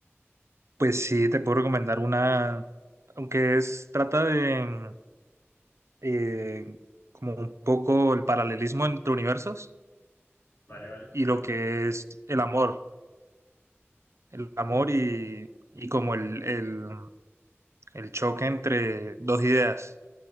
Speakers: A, on the right; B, on the left.
A: Pues sí, te puedo recomendar una, aunque es, trata de mm, eh, como un poco el paralelismo entre universos
B: Vale, vale,
A: y
B: suena
A: lo que
B: interesante.
A: es el amor, el amor
B: ¿Cómo,
A: y, y como el, el, el choque entre dos ideas,